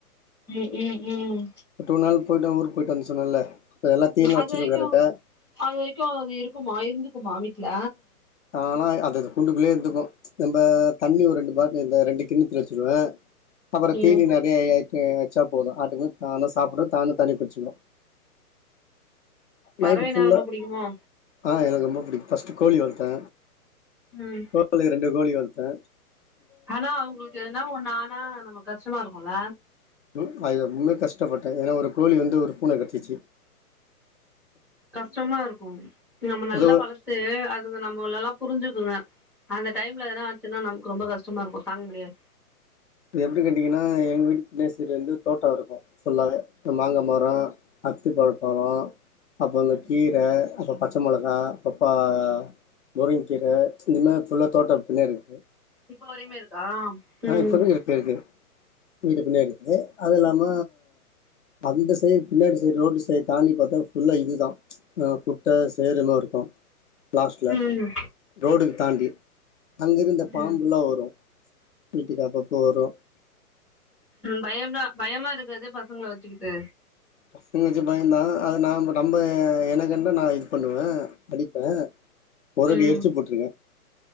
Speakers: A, in the centre; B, on the left.
A: ம் ம் ம்
B: பட் ஒரு நாள் போயிட்டு அவ்ங் ஊர்க் போயிட்டு வந் சொன்னேல இப்ப எல்லா தீனிலா
A: அது
B: வச்சிருவே
A: வரிக்கூ
B: கரெக்டா
A: அது வரிக்கு அது இருக்குமா இர்ந்துக்குமா வீட்ல
B: ஆனா அது அது கூண்டுக்குள்யே இர்ந்துக்கு நம்ப தண்ணி ஒரு ரெண்டு பாட்டல்ல இந்த ரெண்டு கிண்ணத்ல வெச்சிருவே அப்பறோ
A: ம்
B: தீனி நெறய வச்சா போது ஆட்டுக்கு தானு சாப்ட தானு தண்ணி குச்சிக்கூ
A: பறவைனா
B: நைட்டு ஃபுல்லா
A: ரொம்ப புடிக்குமோ
B: ஆ எனக்கு ரொம்ப புடிக்கு ஃபர்ஸ்ட்டு கோலி வளத் தா
A: ம்
B: கோழி ரெண்டு கோழி வள்த் தா
A: ஆனா அவுங்ளுக்கு எத்னா ஒன்னு ஆன் ஆ நமக் கஷ்டமாருக்குல
B: ம் அது ரொம்வே கஷ்டப்பட்டே ஏனா ஒரு கோழி வந்து ஒரு பூன கடிச்சிச்சு
A: கஷ்டமாருக்கு நம்ம நல்லா
B: அது
A: வளத்து அதுக நம்மோலல்லா புருஞ்சுக்குங்க அந்த டைம்ல எனா ஆச்சுன்னா நம்க்கு ரொம்ப கஷ்டமாருக்கு தாங்க முடியாது
B: இது எப்டி கேட்டிங்கன்னா எங் வீட் பின்சைட்டு வந்து தோட்டோருக்கூ ஃபுல்லாவே மாங்கா மரோ
A: ம்
B: அத்திப்பழப் பலோ அப்ப இந்த கீர
A: ம்
B: அதப் பச்ச மொளகா பப்பா முருங்க்கீர இதல்லா ஃபுல்லா தோட்டோ பின்னாட்ருக்கு
A: இப்ப வரயுமேருக்கா உம்
B: இப்பவே இருக்கு இருக்கு வீட்டு பின்னாடிர்க்கு அது இல்லாம அந்த சைட் பின்னாடி சைட் ரோடு சைட் தாண்டி பாத்தா ஃபுல்லா இதுதா குட்ட சேருமாருக்கு லாஸ்ட்ல
A: ம்
B: ரோடுக்கு தாண்டி அங்கிருந்த பாம்புலா
A: ம்
B: வரோ வீட்டுக் காப்போ போறோ
A: பயம்னா பயமா இருக்காது பசங்ள வச் சுக்கிட்டு
B: பசங்க வெச்சு பயந்தா அத நாம நம்ப எனக்னென்தா நா யூஸ் பண்ணுவே படிப்பே ஒராட்டி
A: ம்
B: எரிச்சு போட்ருக்கே